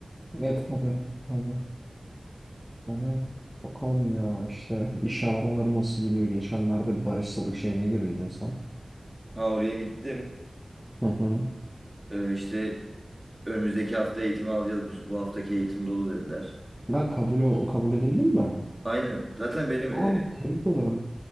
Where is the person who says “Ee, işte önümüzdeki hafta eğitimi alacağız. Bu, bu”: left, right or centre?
Right